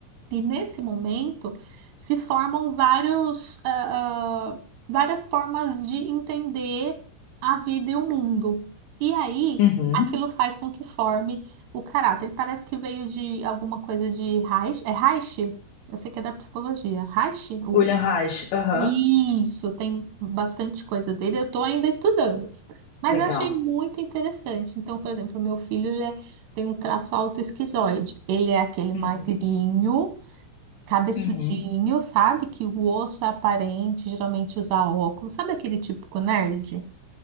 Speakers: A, on the right (about 70°); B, on the left (about 80°).
A: E nesse momento se formam vários, ah, ah, várias formas de entender a vida e o mundo. E aí,
B: Uhum.
A: aquilo faz com que forme o caráter. Ele parece que veio de alguma coisa de Reich. É Reich? Eu sei que é da psicologia. Reich? O...
B: William Reich, aham.
A: Isso, tem bastante coisa dele. Eu estou ainda estudando. Mas
B: Legal.
A: eu achei muito interessante. Então, por exemplo, o meu filho ele é- tem um traço autoesquizoide. Ele é aquele magrinho
B: Uhum,
A: cabeçudinho,
B: uhum,
A: sabe? Que o osso é aparente, geralmente usa óculos. Sabe aquele típico nerd?